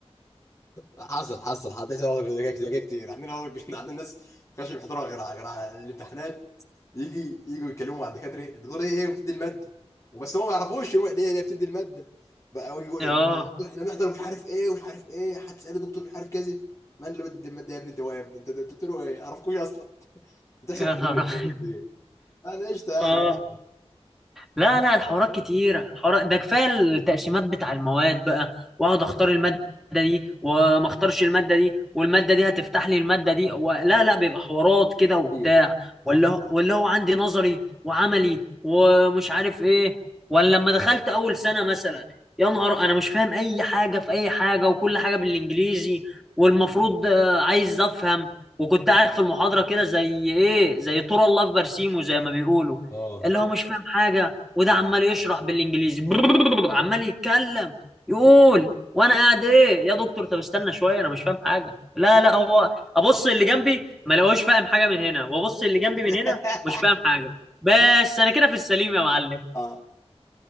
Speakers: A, on the left (about 30°); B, in the centre.
A: حصل حصل حطيت مواقف زي كده زي كده كتير عندنا مواقف <laughs> عندنا ناس ما كانش بيحضروا غير على غير على الامتحانات يجي يجوا يتكلموا مع الدكاتره تقول ايه هي بتدي الماده وبس هم ما يعرفوش هو ليه هي بتدي الماده بقى يجوا
B: اه
A: احنا بنحضر مش عارف ايه ومش عارف ايه حد سأله دكتور مش عارف كذا من اللي بتدي الماده يا ابني انت هو يا ابني انت أنت بتقول له ايه عرفكوش اصلا بتحصل
B: يا
A: كتير
B: نهار أبيض.
A: بتحصل كتير انا قشطه
B: اه
A: يعني قشطه
B: لا لا الحوارات كتيرة الحوارات ده كفاية التقسيمات بتاع المواد بقى واقعد اختار المادة دي وما اختارش المادة دي والمادة دي هتفتح لي المادة دي و... لا لا بيبقى حوارات كده وبتاع
A: ايوه
B: ولا
A: صح
B: هو- ولا هو عندي نظري وعملي ومش عارف ايه ولا لما دخلت اول سنة مثلا يا نهار انا مش فاهم اي حاجة في اي حاجة وكل حاجة بالانجليزي والمفروض آه، عايز افهم وكنت قاعد في المحاضرة كده زي ايه زي طور الله في برسيمه زي ما بيقولوا
A: اه
B: اللي هو مش فاهم حاجة وده عمال يشرح بالانجليزي <laughs> عمال يتكلم يقول وانا قاعد ايه يا دكتور طب استنى شويه انا مش فاهم حاجه لا لا هو ابص اللي جنبي ما لقوش فاهم حاجه من هنا وابص اللي جنبي من
A: <laughs>
B: هنا مش فاهم حاجه بس انا كده في السليم يا معلم
A: اه